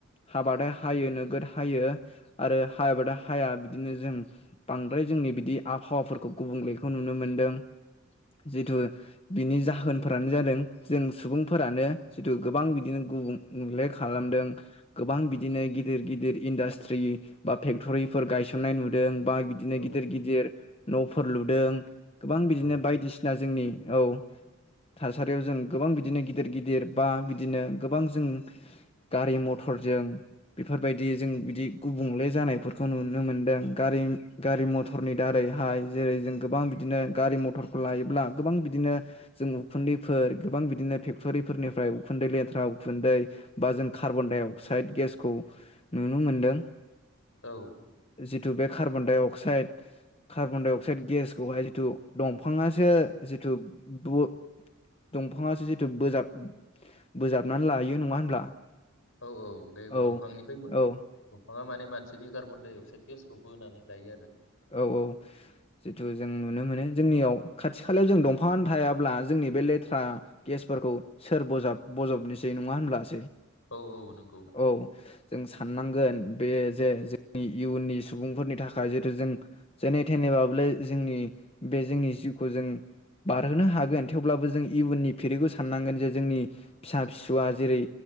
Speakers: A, on the left; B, on the left.
A: हाबथाय हायो नोगोद हायो, आरो हायाबथाय हाया बिदिनो जों बांद्राय जोंनि बिदि आबहावाफोरखौ गुबुंले खौ नुनो मोनदों, जितु बिनि जाहोनफोरानो जादों जों सुबुंफोरानो जिथु गोबां बिदिनो गुबुंले खालामदों गोबां बिदिनो गिदिर गिदिर इन्डास्ट्रि बा फेक्टरिफोर गायसननाय नुदों बा बिदिनो
B: औ
A: गिदिर गिदिर न' फोर लुदों गोबां बिदिनो
B: औ
A: बायदिसिना जोंनि औ, थासारियाव जों गोबां बिदिनो गिदिर गिदिर बा बिदिनो गोबां जों गारि मथरजों बेफोरबायदि जों बिदि गुबुंले जानायफोरखौ नुनो मोनदों, गारि गारि मथरनि दारैहाय जेरै जों गोबां बि बिदिनो गारि मथरखौ लायोब्ला गोबां बिदिनो जों उखुन्दैफोर गोबां बिदिनो फेक्ट'रिफोरनिफ्राय उखुन्दै लेथ्रा उखुन्दै बा जों कार्बन डाइ अक्साइद गेसखौ नुनो मोनदों
B: औ
A: जिथु बे carbon dioxide carbon dioxide गेसखौहाय थु दं फांआसो जिथु बो दंफाङासो जिथु बोजाब बोजाबनानै लायो नङा होनब्ला?
B: औ औ बे
A: औ
B: दंफांनिफ्राय दंफाङा
A: औ
B: माने मानसिनि कार्बन डाइ अक्साइद गेसखौ बोनानै लायो आरो।
A: औ औ जितु जों नुनो मोनो, जोंनियाव खाथि खालायाव जों दंफांआनो थायाब्ला जोंनि बे लेथ्रा गेसफोरखौ सोर बजाब बजबनोसै नङा होनब्लासै?
B: औ औ नंगौ
A: औ जों साननांगोन बे जे जोंनि इयुननि सुबुंफोरनि थाखाय जिथु जों जेने थेनेबाबो जोंनि बे जोंनि जिउखौ जों बारहोनो हागोन। थेवब्लाबो जों इयुननि फिरिखौ साननांगोन जे जोंनि फिसा फिसौआ जेरै